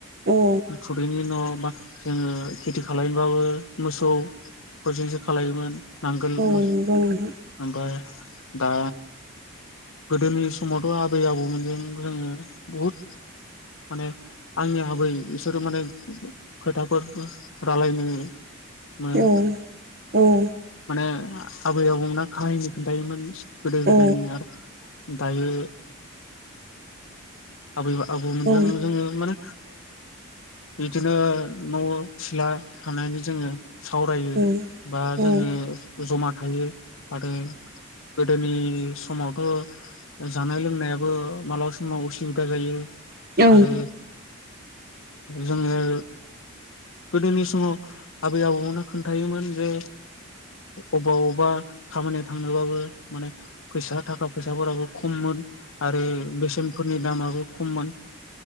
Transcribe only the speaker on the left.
थुदैनि न' जोङो खेथि खालामनोबाबो मोसौफोरजोंसो खालायोमोन नांगोल
मस
ओमफ्राय दा गोदोनि समावथ' आबै आबौमोनजों जोङो बहुद माने आंनि आबै बिसोरो माने खोथाफोर रायलायनो मोन
माने आबै आबौमोना काहिनि खोन्थायायोमोन गोदो
गोदायनि आरो दायो आबै आबौमोनजों
जोङो माने बिदिनो न' सिला थानायानानै जोङो सावरायो
बा
जोङो जमा थायो। आरो गोदोनि समावथ' जानाय लोंनायाबो मालाबा समाव उसुबिदा जायो।
आरो जोङो गोदोनि समाव आबै आबौमोननो खोन्थायोमोन जे अबावबा खामानियाव थांनोबाबो माने फैसा थाखा फैसाफोराबो खम खममोन आरो बेसेनफोरनि दामाबो खममोन